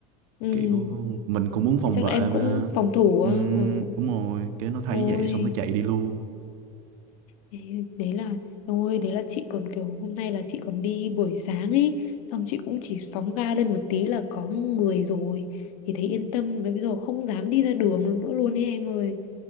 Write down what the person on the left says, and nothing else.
ừ.
thì chắc
là em
cũng phòng thủ
á ừ.
ôi
Ê, đấy là ôi đấy là chị còn kiểu hôm nay là chị còn đi buổi sáng ấy xong chị cũng chỉ phóng ga lên một tí là có người rồi thì thấy yên tâm mà bây giờ không dám đi ra đường nữa luôn ấy em ơi